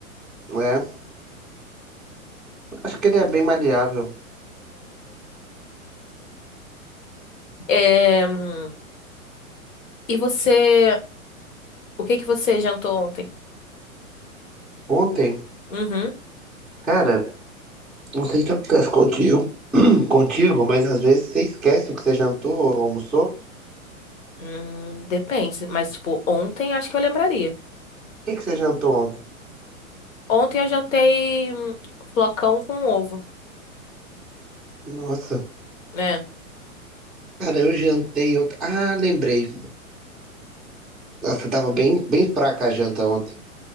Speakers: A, in the centre; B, on the left.
A: É, acho que ele é bem maleável.
B: É, hum, e você. O que que você jantou ontem?
A: Ontem,
B: Uhum.
A: cara, não sei se acontece contigo, <clears throat> contigo, mas às vezes você esquece o que você jantou ou almoçou. O
B: Hum, depende. Mas, tipo, ontem acho que eu lembraria.
A: que que você jantou ontem?
B: Ontem eu jantei hum, flocão com ovo,
A: Nossa,
B: né?
A: cara, eu jantei ontem. Ah, lembrei. Nossa, tava bem, bem fraca a janta ontem.